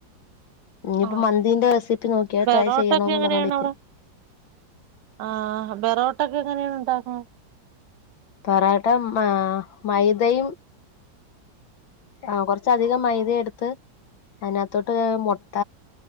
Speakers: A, on the left; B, on the right.
A: ഇനിയിപ്പോ
B: ആഹ്
A: മന്തിന്റെ റെസിപ്പി നോക്കിയാൽ
B: ബെറോട്ട
A: ട്രൈ ചെയ്യണോന്ന്
B: ഒക്കെ എങ്ങനെയാണ്
A: പറഞ്ഞോണ്ടിരിക്കും
B: അവിടെ ആഹ് ബെറോട്ടൊക്കെ എങ്ങനെയാണ് ഉണ്ടാക്കണേ
A: പറാട്ട ആഹ് മൈദയും ആഹ് കൊറച്ചധികം മൈദ എടുത്ത് അതിനാ ത്തോട്ട് മൊട്ട